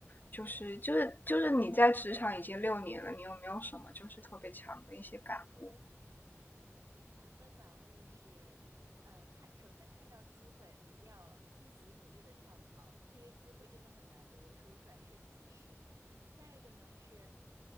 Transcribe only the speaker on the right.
长的感悟是，呃，看，首先看到机会，一定要积极努力的跳槽，因为机会真的很难得，有时候转瞬即逝。再一个呢是，